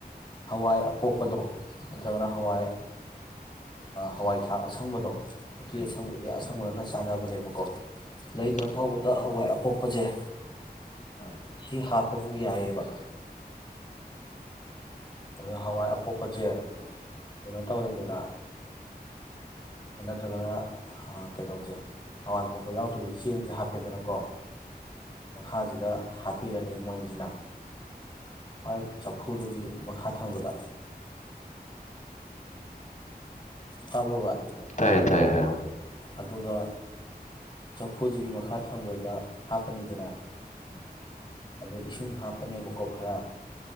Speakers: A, on the left; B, on the left.
A: ꯍꯋꯥꯏ ꯑꯄꯣꯛꯄꯗꯣ ꯅꯠꯇ꯭ꯔꯒꯅ ꯍꯋꯥꯏ ꯍꯋꯥꯏ ꯊꯥꯛ ꯑꯁꯪꯕꯗꯣ ꯇꯁꯪꯕꯨꯣ
B: ꯎꯝ
A: ꯑꯁꯪ ꯁꯥꯟꯅꯕꯅꯦꯕꯀꯣ
B: ꯍꯣꯏ
A: ꯂꯩꯗ꯭ꯔ ꯐꯥꯎꯕꯗ ꯍꯋꯥꯏ ꯑꯣꯞꯄꯖꯩ
B: ꯑꯥ
A: ꯁꯤ ꯍꯥꯞꯄꯕꯨ ꯌꯥꯏꯑꯕ ꯑꯗꯨ ꯍꯋꯥꯏ ꯑꯄꯣꯛꯄꯁꯦ ꯀꯩꯅꯣ ꯇꯧꯔꯦꯗꯅ ꯅꯠꯇ꯭ꯔꯒꯅ ꯀꯩꯅꯣꯁꯦ ꯍꯋꯥꯏ ꯑꯄꯣꯛꯄ ꯌꯥꯎꯗ꯭ꯔꯁꯨ ꯆꯦꯡꯁꯦ ꯍꯥꯞꯄꯦꯗꯅꯀꯣ ꯃꯈꯥꯁꯤꯗ ꯍꯥꯞꯄꯤꯔꯅꯤ ꯃꯣꯏꯁꯤꯅ ꯍꯣꯏ ꯆꯐꯨꯗꯨꯒꯤ ꯃꯈꯥ ꯊꯪꯕꯗ ꯇꯥꯕ꯭ꯔꯣ ꯕꯥꯏ
B: ꯇꯥꯏꯌꯦ ꯇꯥꯏꯌꯦ ꯍꯥꯏꯔ
A: ꯑꯗꯨꯒ ꯎꯐꯨꯁꯤꯒꯤ ꯃꯈꯥ ꯊꯪꯕꯗꯨꯗ ꯍꯥꯞꯄꯅꯤꯗꯅ
B: ꯎꯝ
A: ꯑꯗꯨ ꯏꯁꯤꯡ ꯍꯥꯞꯄꯅꯦꯕꯀꯣ ꯈꯔ